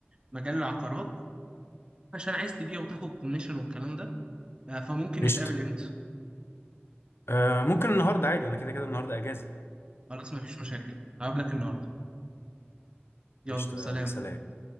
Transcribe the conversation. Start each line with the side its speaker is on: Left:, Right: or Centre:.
Right: مجال العقارات عشان عايز تبيع وتاخد كوميشن والكلام ده آه فممكن
Left: قشطه
Right: نتقابل امتى
Left: آه ممكن النهارده عادي انا كده كده النهارده اجازه
Right: خلاص مفيش مشاكل هقابلك النهارده يلا
Left: قشطة
Right: سلام
Left: يلا سلام